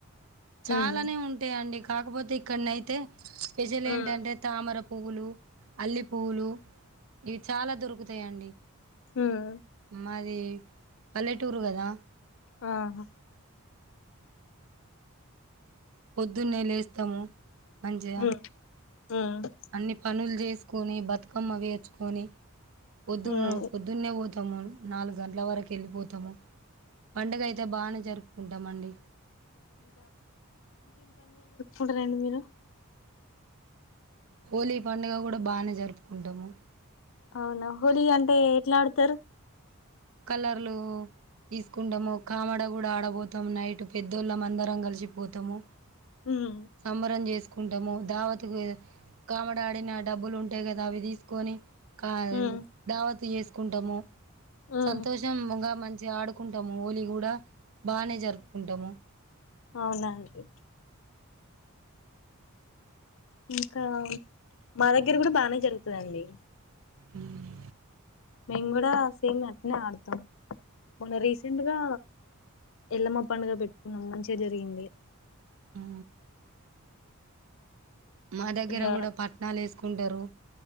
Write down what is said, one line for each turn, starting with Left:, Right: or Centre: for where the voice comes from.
Right: చాలానే
Left: ఉమ్
Right: ఉంటాయండి కాకపోతే ఇక్కడ్నయితే స్పెషల్
Left: ఉమ్
Right: ఏంటంటే తామర పువ్వులు అల్లి పువ్వులు ఇవి చాలా దొరుకుతాయి అండి
Left: మ్మ్
Right: మాది పల్లెటూరు కదా
Left: వాహ
Right: పొద్దున్నే లేస్తము మంచిగ
Left: ఉమ్ ఉమ్
Right: అన్ని పనులు జేసుకొని బతుకమ్మ వేర్చుకొని పొద్దున్న
Left: ఉమ్
Right: పొద్దున్నేవ తొమున్ నాలుగు గంటల వరకు వెళ్ళిపోతాము పండుగ అయితే బానే జరు ఉంటామండి
Left: ఉంట రండి మీరు
Right: హోలీ పండుగ కూడా బానే జరుపుకుంటాము
Left: అవునా హోలీ అంటే ఎట్లా ఆడతారు
Right: కలర్లు తీసుకుంటాము కామడ గూడా ఆడబోతము నైట్ పెద్దోళ్ళం అందరం కలిసిపోతము
Left: ఉమ్
Right: సంబరం జేస్ కుంటము దావత్తుకు కామడా ఆడిన డబ్బులు ఉంటాయి కదా అవి దీసుకొని కా
Left: ఉమ్
Right: దావత్తు చేసుకుంటాము
Left: ఉమ్
Right: సంతోషం గ మంచి జ ఆడుకుంటము హోలీ కూడా బానే జరుపుకుంటాము
Left: అవున అండి ఇంకా మా దగ్గర గూడా బానే జరుగుతదండి
Right: ఉమ్మ్
Left: మేము కూడా సేమ్ అట్టనే ఆడుతాం మొన్నా రీసెంట్గా ఎల్లమ పండుగ పెట్టుకున్నాం మంచిగా జరిగింది
Right: ఆ మా దగ్గర
Left: ఇగ
Right: కూడా పట్నాలు వేసుకుంటారు